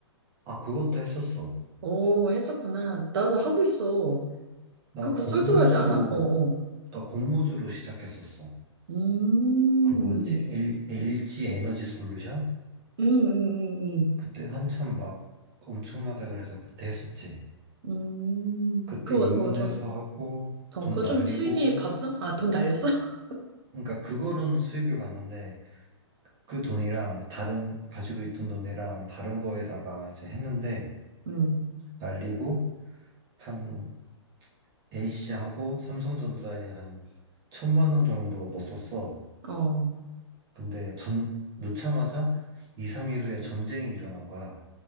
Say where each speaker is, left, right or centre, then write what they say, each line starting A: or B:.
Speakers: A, on the right (about 30°); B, on the right (about 55°).
A: 아, 그것도 했었어.
B: 오, 했었구나. 나도 하고 있어.
A: 나
B: 그거
A: 공모주로,
B: 쏠쏠하지 않아? 어어.
A: 나 공모주로 시작했었어.
B: 음,
A: 그 뭐였지? L, LG 에너지 솔루션?
B: 음, 음, 음, 음.
A: 그때 한참 막 엄청나다 그래서 그때 했었지.
B: 음,
A: 그때
B: 그거
A: 입문해서
B: 뭐좀
A: 하고,
B: 돈
A: 돈
B: 그거
A: 날리고,
B: 좀 수익이 봤어? 아, 돈 날렸어? <laughs>
A: 그러니까 그거로는 수익을 봤는데, 그 돈이랑 다른, 가지고 있던 돈이랑 다른 거에다가 이제 했는데,
B: 음,
A: 날리고 한 A씨하고 삼성전자에 한 천만 원 정도 넣었었어.
B: 어.
A: 근데 전 넣자마자 2, 3일 후에 전쟁이 일어난 거야.